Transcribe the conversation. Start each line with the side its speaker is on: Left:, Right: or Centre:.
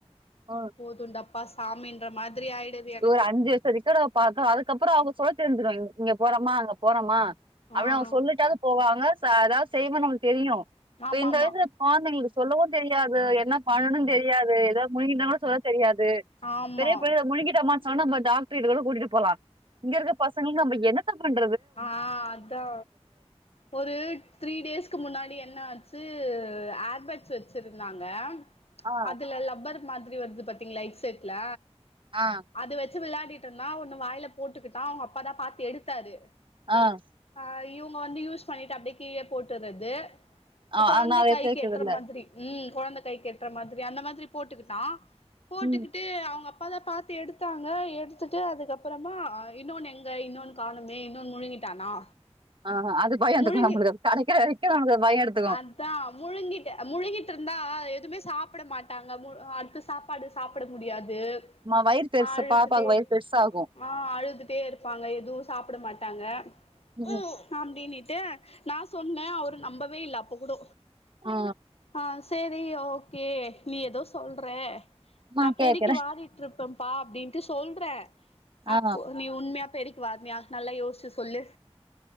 Right: உஹ்
Left: போதுண்டப்பா சாமின்ற மாதிரி ஆயிடுது எனக்கு
Right: ஒரு அஞ்சு வயசு வரைக்கு நம்ம பாக்கனு அதுக்கப்ரோ அவுங்க சொல்ல தெரிஞ்சிருவாங்க இங்க போறமா அங்க போறோமா அப்டின்னு
Left: ஆ
Right: அவுங்க சொல்லிட்டாவுது போவாங்க அதாது செய்வே நம்லுக்கு தெரியு இப்ப
Left: ஆமாமா
Right: இந்த வயசு
Left: ஆமா
Right: கொழந்தைங்களு சொல்லவு தெரியாது என்ன பண்ணனு தெரியாது ஏதாவது முழுங்கிட்டா கூட சொல்ல தெரியாது
Left: ஆமா
Right: பெரிய பெரிய முழுங்கிட்டமா சொன்ன நம்ம டாக்டர் கிட்ட கூட கூட்டிட்டு போல போலா இங்க இருக்க பசங்ளுக்கு நம் என்னத்த பண்ண
Left: ஆஹ் அதா ஒரு த்ரீ டேஸ்கு முன்னாடி என்ன ஆச்சு ஏர்பட்ஸ் வச்சிருந்தாங்க
Right: ஆ
Left: அதுல லப்பர் மாதிரி வருது பாத்தீங்ளா ஹெட் செட்ல
Right: ஆ
Left: அது வச்சு விளாடிட்டு தா ஒன்னு வாய்ல போட்டுக்கிட் அதா அவுங்க அப்பாதா பாத்து எடுத்தாரு
Right: ஆஹ்
Left: ஆ இவுங்க வந்து யூஸ் பண்ணிட்டு அப்டியே கீழே போட்டுறது
Right: ஆ
Left: குழந்தை
Right: நா அத எடுத்து
Left: கை
Right: வைக்கிறது
Left: கேட்டுற
Right: இல்ல
Left: மாதிரி உம் குழந்தை கை கட்டுற மாதிரி அந்த மாதிரி போட்டுக்கிட்டான் போட்டுக்கிட்டு
Right: ம்
Left: அவுங்க அப்போ அத பாத்து எடுத்தாங்க எடுத்துட்டு அதுக்கப்புறமா இன்னொனு எங்க இன்னொனு காணமே இன்னொன்னு முழங்கிட்டானா
Right: ஆ அது பயோ எடுத்துக்கு
Left: முழுங்கி
Right: நம்மளுக்கு கெடைக்கிற வரைக்கு நம்மளுக்கு அது பயோ எடுத்துக்கு
Left: அதான் முழுங்கிட்டு முழுங்கிட்டு இருந்தா எதுவுமே சாப்பிட மாட்டாங்க அடுத்து சாப்பாடு சாப்பிட முடியாது ஏப்
Right: மா வயிறு பெருசு
Left: அழுட்டே
Right: பாப்பாக்கு வயிறு பெருசாகு
Left: ஆஹ் அழுதுட்டே இருப்பாங்க எதுவும் சாப்பிட மாட்டே தாங்க
Right: ம்
Left: ஊம் நாம்டனிச் என் நான் சொன்னேன் அவர் நம்பவே இல்லை அப்போ கூட
Right: ஆ
Left: ஆஹ் சரி ஓகே நீ ஏதோ சொல்கற
Right: சும்மா
Left: நான்
Right: கேக்குறே
Left: பெருக்கு வாடிட்டு இருப் இப்பப்பா அப்படின்ட்டு சொல்ற
Right: ஆ
Left: அ நீ உமே பெருக்கி வாரனியா நல்ல யோசி சொல்லு